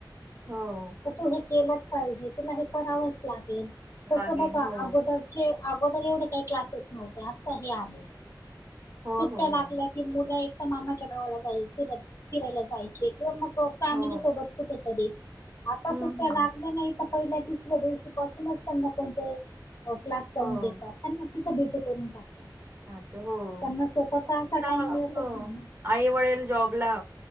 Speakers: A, on the right (about 35°); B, on the left (about 50°).
A: हो.
B: तर तू हे केलंच पाहिजे. तुला हे करावंच लागेल. तसं
A: लागेल
B: बघा
A: हो
B: अगोदर अगोदर एवढे काही क्लासेस नव्हते. आत्ता हे आहे.
A: हो
B: सुट्ट्या
A: हो
B: लागल्या
A: हो
B: की मुलं एक मामाच्या गावाला जायचे, फिरत फिरायला जायचे किंवा मग फॅमिली
A: हो
B: सोबत कुठेतरी आता
A: हम्म
B: सुट्ट्या
A: हम्म
B: लागल्या नाही पहिल्या, दुसऱ्या दिवशी पासूनच त्यांना कोणते क्लास लावून
A: हो
B: देतात. त्यांना किती बिजी करून टाकतात.
A: का? तर हो.
B: त्यांना सोबतचा असा
A: नुसतं
B: टाइम मिळतच
A: हो
B: नाही ना.
A: आई- वडील जॉब ला